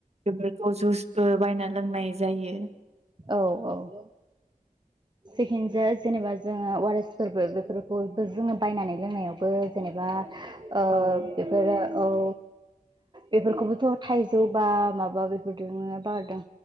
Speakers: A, on the right; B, on the right.
A: बेफोरखौ जुसबो बायना लोंनाय जायो
B: औ - औ जेखिनिजाया जेनेबा जोङो अवारेसफोरबो बेफोरखौबो जोङो बायनानै लोंनायावबो जेनेबा ओ
A: औ
B: बेफोरो औ बेफोरखौबोथ' थाइजौ बा माबा बेफोरजोंनो बारदों